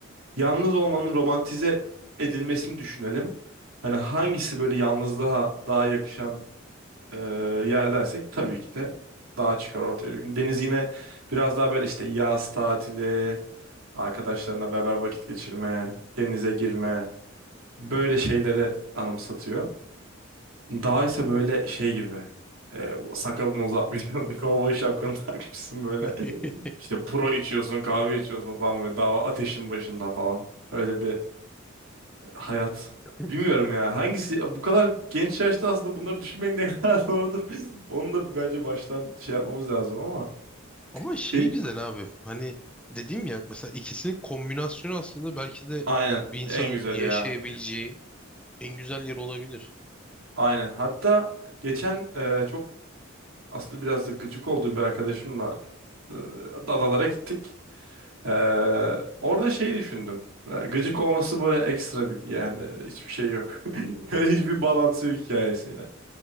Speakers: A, on the right; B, in the centre.
A: yalnız olmanın romantize edilmesini düşünelim. Hani hangisi böyle yalnızlığa daha yakışan e, yer dersek tabii ki de dağ çıkar ortaya. Çünkü Deniz yine biraz daha böyle işte yaz tatili, arkadaşlarına beraber vakit geçirme, denize girme böyle şeyleri anımsatıyor. Dağ ise böyle şey gibi e, o sakalını uzatmışsın, <laughs> kovboy şapkanı takmışsın böyle.
B: ki.
A: İşte pro içiyorsun, kahve içiyorsun falan böyle dağ ateşin başında falan. Öyle bir hayat.
B: <laughs>
A: Bilmiyorum ya. Hangisi bu kadar genç yaşta aslında bunları düşünmek ne kadar <laughs> doğrudur. Onu da bir bence baştan şey yapmamız lazım ama.
B: Ama şeyi
A: Şey,
B: güzel abi. Hani dedim ya mesela ikisinin kombinasyonu aslında belki de
A: aynen.
B: hani bir insanın
A: En güzeli
B: yaşayabileceği
A: ya.
B: en güzel yer olabilir.
A: Aynen. Hatta geçen e, çok aslında biraz da gıcık olduğum bir arkadaşımla e, adalara gittik. E, orada şey düşündüm. E, Gıcık olması böyle ekstra bir yani hiçbir şey yok. <laughs> Hiçbir bağlantısı yok hikayesiyle.